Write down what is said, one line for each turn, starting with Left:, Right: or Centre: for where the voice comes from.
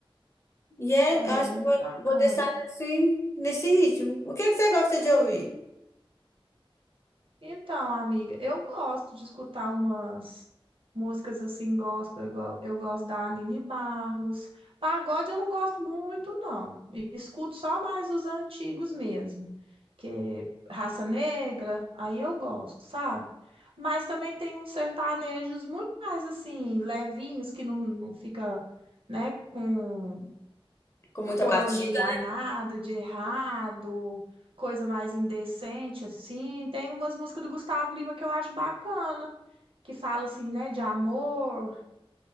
Left: E é,
Right: É
Left: eu acho
Right: muito
Left: que eu vou,
Right: bacana.
Left: vou deixar nesse, nesse ritmo. O que é que você gosta de ouvir?
Right: Então, amiga, eu gosto de escutar umas músicas assim, gospel. Eu, go- eu gosto da Aline Barros. Pagode eu não gosto muito, não. E Escuto só mais os antigos mesmo, que Raça Negra, aí eu gosto, sabe? Mas também tem uns sertanejos muito mais assim, levinhos, que não, não fica, né, com
Left: Com
Right: apologia
Left: muita batida?
Right: a nada de errado, coisa mais indecente, assim. Tem umas músicas do Gustavo Lima que eu acho bacana, que fala assim, né, de amor.